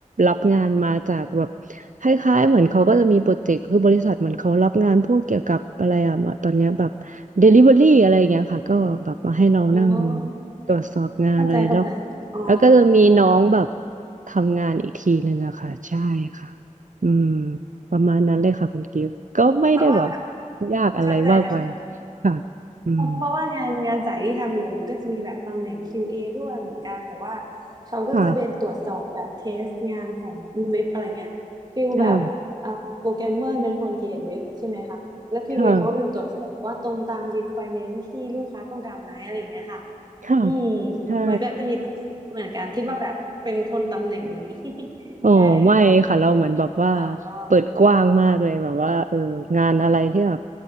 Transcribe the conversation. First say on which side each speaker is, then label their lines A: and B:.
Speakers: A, on the right; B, on the right.
A: รับงานมาจากแบบคล้ายๆเหมือนเขาก็จะมีโปรเจกต์คือบริษัทเหมือนเขารับงานพวกเกี่ยวกับอะไรอะตอนเนี้ยแบบ Delivery อะไรอย่างเงี้ยค่ะก็แบบมาให้เรานั่ง
B: อ๋อ
A: ตรวจสอบงานเลยแล้ว
B: เข้าใจเข้าใจ อ๋อ
A: แล้วก็จะมีน้องแบบทำงานอีกทีหนึ่งอะค่ะใช่ค่ะอืมประมาณนั้นเลยค่ะคุณกิฟต์ก็ไม่ได้แบบ
B: เพราะว่าแบบ
A: ยากอะไรมากมาย
B: เข้าใจเข้าใจ
A: ค่ะอืม
B: เพราะว่างานงานสายที่ทำอยู่อะมันก็จะมีแบบตำแหน่ง QA ด้วยเหมือนกันแต่ว่าเขาก็จะเป็นตรวจสอบแบบเทสงานของเว็บอะไรเงี้ยฟิลแบบเอ่อโปรแกรมเมอร์เป็นคนเขียนเว็บใช่ไหมคะแล้ว
A: ค่ะค่ะ
B: QA
A: ค่ะ
B: เอเขาก็เป็นตรวจสอบว่าตรงตาม requirement ที่ลูกค้าต้องการไหมอะไรอย่างเงี้ยค่ะ
A: ค่ะ
B: อืม
A: ใช่
B: มันก็จะมีตำแหน่งนี้เหมือนกันคิดว่าแบบเป็นคนตำแหน่งนี้ <laughs>
A: อ๋อไม่ค่ะเราเหมือนแบบว่า
B: ใช่ค่ะอ๋อ
A: เปิดกว้างมากเลยแบบว่าเอองานอะไรที่แบบ